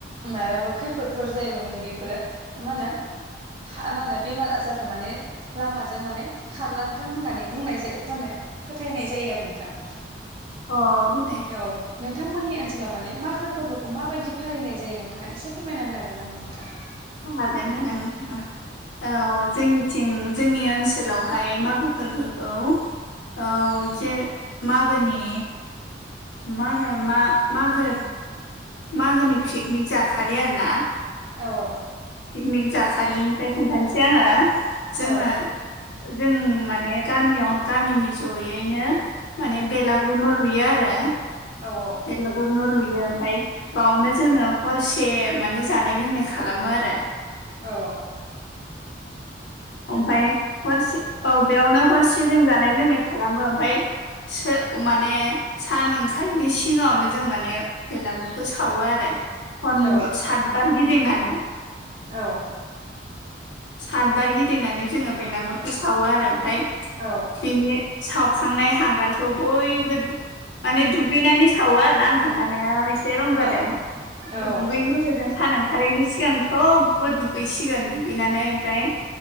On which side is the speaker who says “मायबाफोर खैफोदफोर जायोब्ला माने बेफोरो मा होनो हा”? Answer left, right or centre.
Right